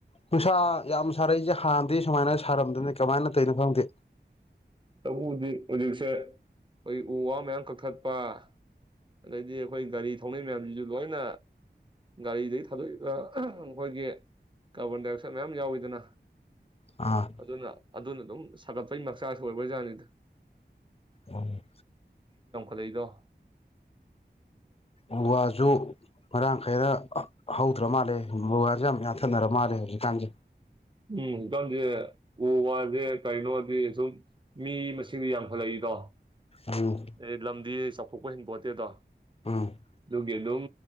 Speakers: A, on the left; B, on the right.
A: ꯅꯨꯡꯁꯥ ꯌꯥꯝ ꯁꯥꯔꯛꯏꯖꯦ ꯍꯥꯟꯅꯗꯤ ꯁꯨꯃꯥꯏꯅ ꯁꯥꯔꯝꯗꯃꯤ ꯀꯃꯥꯏꯅ ꯇꯧꯏꯅꯣ ꯈꯪꯗꯦ
B: ꯇꯧꯕꯕꯨꯗꯤ ꯍꯧꯖꯤꯛꯁꯦ ꯑꯩꯈꯣꯏꯒꯤ ꯎ ꯋꯥ ꯃꯌꯥꯝ ꯀꯛꯊꯠꯄ ꯑꯗꯩꯗꯤ ꯑꯩꯈꯣꯏ ꯒꯥꯔꯤ ꯊꯧꯅꯩ ꯃꯌꯥꯝꯖꯤꯖꯨ ꯂꯣꯏꯅ ꯒꯥꯔꯤꯗꯒꯤ ꯊꯥꯗꯣꯛꯏꯕ ꯑꯝ ꯑꯩꯈꯣꯏꯒꯤ ꯀꯥꯔꯕꯣꯟ ꯗꯥꯏꯑꯣꯛꯁꯥꯏꯠ ꯃꯌꯥꯝ ꯌꯥꯎꯋꯤꯗꯅ
A: ꯑꯥ
B: ꯑꯗꯨꯅ ꯑꯗꯨꯅ ꯑꯗꯨꯝ ꯁꯥꯒꯠꯄꯩ ꯃꯆꯥꯛꯁꯨ ꯑꯣꯏꯕ ꯖꯥꯠꯅꯤꯗ
A: ꯎꯝ
B: ꯂꯩꯗꯣ
A: ꯎ ꯋꯥꯖꯨ ꯃꯔꯥꯡ ꯈꯥꯏꯔ ꯍꯧꯗ꯭ꯔ ꯃꯥꯜꯂꯦ ꯎ ꯋꯥꯁꯨ ꯌꯥꯝ ꯌꯥꯟꯊꯅꯔ ꯃꯥꯜꯂꯦ ꯍꯧꯖꯤꯛꯀꯥꯟꯖꯦ
B: ꯎꯝ ꯏꯀꯝꯁꯦ ꯎ ꯋꯥꯁꯦ ꯀꯔꯤꯅꯣꯗꯤ ꯁꯨꯝ ꯃꯤ ꯃꯁꯤꯡꯗꯤ ꯌꯥꯝꯈꯠꯂꯛꯏꯗꯣ
A: ꯎꯝ
B: ꯑꯩ ꯂꯝꯗꯤ ꯑꯁ ꯆꯥꯎꯊꯣꯛꯄ ꯍꯦꯟꯄꯣꯠꯇꯦꯗꯣ
A: ꯎꯝ
B: ꯑꯗꯨꯒꯤ ꯑꯗꯨꯝ